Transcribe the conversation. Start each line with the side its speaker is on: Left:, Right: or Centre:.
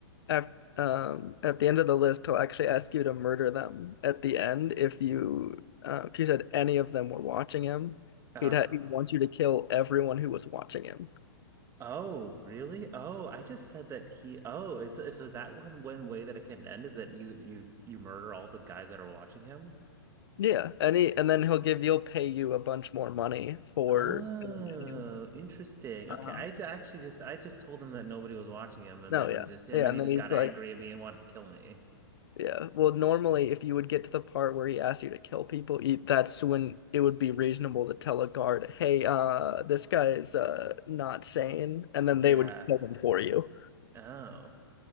Left: af um, at the end of the list, he'll actually ask you to murder them at the end. If you, uh, if you said any of them were watching him,
Right: Uh
Left: he'd ha he'd want you to kill everyone who was watching him.
Right: Oh, really? Oh, I just said that he. Oh, is so is that one one way that it can end is that you you you murder all the guys that are watching him?
Left: Yeah, and he, and then he'll give you'll pay you a bunch more money for
Right: Oh,
Left: killing an animal.
Right: interesting.
Left: Um,
Right: Okay, I ju- actually just I just told him that nobody was watching him, and
Left: no,
Right: then
Left: yeah,
Right: he just and
Left: yeah,
Right: then
Left: and
Right: he just
Left: then he's
Right: got
Left: like,
Right: angry at me and wanted to kill me.
Left: yeah. Well, normally, if you would get to the part where he asks you to kill people, you, that's when it would be reasonable to tell a guard, "Hey, uh, this guy is uh not sane," and then
Right: Yeah.
Left: they would kill him for you.
Right: Oh,